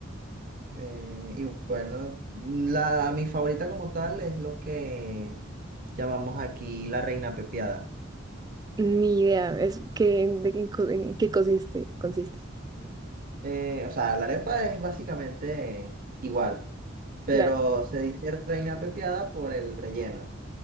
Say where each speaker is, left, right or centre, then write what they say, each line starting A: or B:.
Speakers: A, on the right; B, on the right.
A: Eh, y bueno, la, mi favorita como tal es lo que llamamos aquí la reina pepiada.
B: ni idea, es que, de qué, co- en qué consiste, consiste.
A: Eh, o sea, la arepa es básicamente igual, pero
B: Claro,
A: se dice reina pepiada por el relleno.